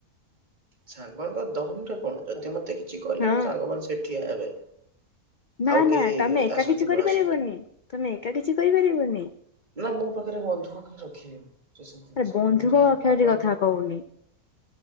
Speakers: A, on the right (about 30°); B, on the left (about 50°).
A: ସାଙ୍ଗଙ୍କ ଦମରେ କଣ ଯଦି ମତେ କିଛି କହିଲା
B: ହଁ।
A: ମୋ ସାଙ୍ଗ ମାନ ସେଠିଆ ହେବେ।
B: ନା
A: ଆଉ କେହି
B: ନା ତମେ ଏକା
A: ଆସନ୍ତୁ
B: କିଛି
A: ନ
B: କରିପାରିବନି
A: ଆସନ୍ତୁ।
B: ତମେ ଏକା କିଛି କରିପାରିବନି
A: ନା ମୋ ପାଖରେ ବନ୍ଧୁକ କେହି ରଖିବେନି ସେସବୁ ଜିନିଷ
B: ଆରେ ବନ୍ଧୁକ
A: ମୁଁ ଯେମିତି
B: ରଖାରଖି
A: ପାଗଳ
B: କଥା
A: ଲୋକ।
B: କହୁନି